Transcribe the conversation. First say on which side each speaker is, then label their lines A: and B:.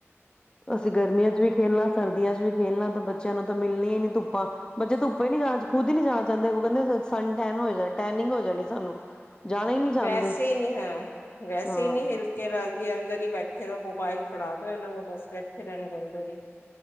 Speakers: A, on the left; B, on the left.
A: ਅਸੀਂ ਗਰਮੀਆਂ ਚ ਵੀ ਖੇਲਣਾ, ਸਰਦੀਆਂ ਚ ਵੀ ਖੇਲਣਾ ਤਾਂ ਬੱਚਿਆਂ ਨੂੰ ਤਾਂ ਮਿਲਣੀਆਂ ਹੀ ਨੀ ਧੁੱਪਾਂ ਬੱਚੇ ਧੁੱਪੇ ਨੀ ਜਾਣਾ ਖੁਦ ਹੀ ਨਹੀਂ ਜਾਣਾ ਚਾਂਦੇ ਔ ਕਹਿੰਦੇ ਅਗ ਸਨ ਟੈਨ ਹੋ ਜਾਏਗਾ ਟੈਨਿੰਗ ਹੋ ਜਾਣੀ ਸਾਨੂੰ। ਜਾਣਾ ਹੀ ਨਹੀਂ ਚਾਹੁੰਦੇ
B: ਵੈਸੇ ਹੀ ਨਹੀਂ ਹੈ। ਵੈਸੇ
A: ਹਾਂ
B: ਹੀ ਨਹੀਂ ਹਿਲਕੇ ਰਾਜੀ ਅੰਦਰ ਹੀ ਬੈਠੇ ਰਹੋ ਮੋਬਾਇਲ ਫੜਾ ਦੋ ਇਹਨਾਂ ਨੂੰ ਬਸ। ਬੇਠੈ ਰਹਿਣ ਗੇ ਅੰਦਰ ਹੀ,